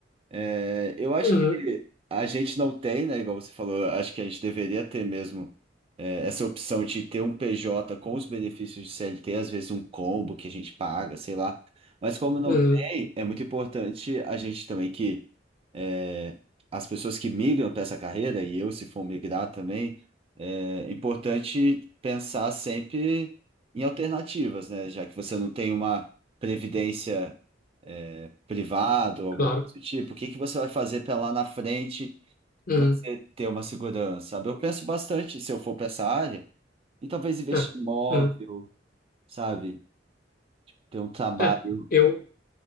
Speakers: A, on the right (about 30°); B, on the left (about 50°).
A: É, eu acho
B: Uhum.
A: que a gente não tem, né? Igual você falou, acho que a gente deveria ter mesmo é, essa opção de ter um PJ com os benefícios de CLT, às vezes um combo que a gente paga, sei lá. Mas como não
B: Uhum.
A: tem, é muito importante a gente também que é, as pessoas que migram para essa carreira, e eu se for migrar também, é importante pensar sempre em alternativas, né? Já que você não tem uma previdência é, privada ou alguma
B: Claro.
A: coisa do tipo, o que que você vai fazer para lá na frente
B: Uhum.
A: você ter uma segurança, sabe? Eu penso bastante, se eu for para essa área, em talvez investir
B: É.
A: em imóvel,
B: Uhum.
A: sabe? Ter um trabalho.
B: É. Eu,